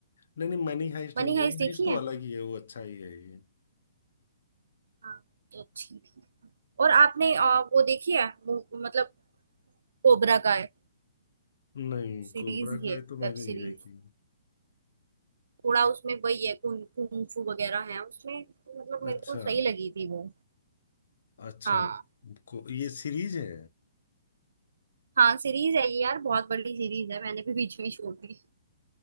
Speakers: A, on the left (about 55°); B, on the right (about 80°).
A: नहीं नहीं मनी हाइस्ट
B: मनी
A: नहीं
B: हाइस्ट
A: मनी
B: देखी
A: हाइस्ट तो
B: है
A: अलग ही है वो अच्छा ही है ये
B: हाँ तो अच्छी थी और आपने आ, वो देखी है मु- मतलब कोबरा का है
A: नहीं
B: सीरीज
A: कोबरा
B: ही
A: काय
B: है
A: तो मैंने
B: वेब
A: नहीं
B: सीरीज
A: देखी
B: थोड़ा उसमें वही है कुं, कुंफू वगैरह है उसमें तो मतलब मेरे
A: अच्छा
B: को सही लगी थी वो
A: अच्छा
B: हाँ
A: को, ये सीरीज है
B: हाँ सीरीज है ये यार बहुत बड़ी सीरीज है मैंने भी बीच में ही छोड़ दी